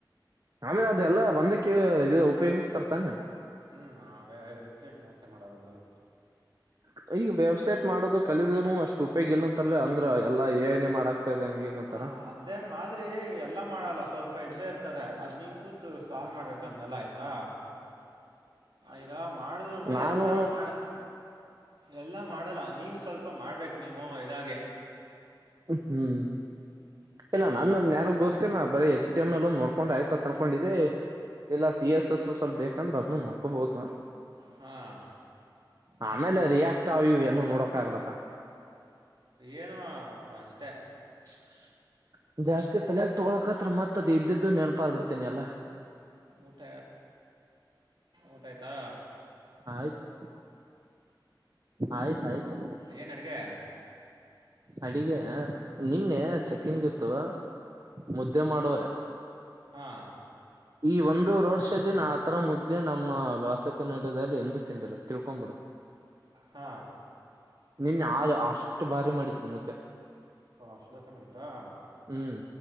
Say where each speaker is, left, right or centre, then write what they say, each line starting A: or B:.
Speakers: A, on the right; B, on the right.
A: ಆಮೇಲೆ ಅದೆಲ್ಲಾ ಬಂದಕ್ಕೆ ಇ ಉಪಯೋಗಿಸತಾರತಾನ
B: ಹ್ಮ್ ಅವೇ ವೆಬ್ಸೈಟ್ ಮಾಡಕೆ ಮಾಡೋದುದಲ್ಲ
A: <inaudible> ಈಗ ವೆಬ್ಸೈಟ್ ಮಾಡುದು ಕಲಿದ ಅಷ್ಟ್ ಉಪಯೋಗ ಇಲ್ಲ ಅಂತಲ್ಲ ಅಂದ್ರ ಎಲ್ಲಾ ಏ ಏನ ಮಾಡಕ್ತಾದೆ
B: ಹಾಂ
A: ಹಂಗ ಹಿಂಗ್ ಅಂತರ
B: ಅದೇ ಮಾದರಿ ಎಲ್ಲ
A: <unintelligible>
B: ಮಾಡಲ್ಲ ಸ್ವಲ್ಪ ಇದ್ದೇ ಇರ್ತದೆ ಅದು ನೀನು ಕೂತು ಸಾಲ್ವ್ ಮಾಡ್ಬೇಕು ಅದನ್ನೆಲ್ಲ ಆಯಿತಾ ಈಗ ಮಾಡಿದ್ರೂ
A: ನಾನು
B: ಎಲ್ಲ ಮಾಡ ಎಲ್ಲ ಮಾಡಲ್ಲ ನೀನ್ ಸ್ವಲ್ಪ ಮಾಡ್ಬೇಕು ನೀನುಯ ಇದಾಗೆ
A: ಹ್ಮ್ ಇಲ್ಲ
B: ಹಾಂ
A: ನಂದ ಜ್ಞಾನಗೋಸ್ಕರ ನಾ ಬರೀ ಹೆಚ್ ಒ ನೋಡ್ಕೊಂಡು ಆಯ್ತತ್ ಅಂದನ್ಕೊಂಡಿದೆ ಎಲ್ಲಾ ಸಿ ಎಸ್ ಎಸ್ ಸ್ವಲ್ಪ ಬೇಕಂದ್ರೆ ಅದನ್ನು ನೋಡ್ಕೋಬಹುದು ನಾ
B: ಹ್ಮ್
A: ಆಮೇಲೆ ರಿಯಾಕ್ಟ್ ಅವಿವ ಏನು ನೋಡಕ ಆಗ್ಲಪ್ಪ
B: ಏನು ಅಷ್ಟೇ
A: <inaudible> ಜಾಸ್ತಿ
B: ಮತ್ತು
A: ತಲೆಯಾಗ ತೊಗಳಕತ್ರ ಮತ್ ಮದ ಇದ್ದದ್ದು ನೆನಪಾರ್ ಬಿಡ್ತೇನೆ ಎಲ್ಲಾ
B: ಊಟ ಊಟ ಆಯ್ತಾ
A: ಆಯ್ತು ಆಯ್ತಯ್ತು
B: ಏನು ಅಡುಗೆ
A: ಅಡಿಗೆ ನಿನ್ನೆ ಚೆಕ್ಕಿಂಗ್ ಇತ್ತು ಮುದ್ದೆ ಮಾಡೋರ
B: ಹಾ
A: ಈ ಒಂದು ರೋಡ್ ಶೋಲ್ಲಿ ನಾ ಆತರ ಮುದ್ದೆ ನಮ್ಮ ವ್ಯವಸ್ಥತಿ ನೀಡಲ್ಲಿ ಎಂದ ತಿಂದಿಲ್ಲ ತಿಳ್ಕೊ್ ಬಿಿಡು
B: ಹ್ಮ
A: ನಿನ್ನೆ ಆ ಅಷ್ಟು ಭಾರಿ ಮಾಡಿದರು ಮುದ್ದೆ
B: ಓ ಅಷ್ಟು ದೋಸೆ ಮಾಡಿದ್ರಾ
A: ಹ್ಮ್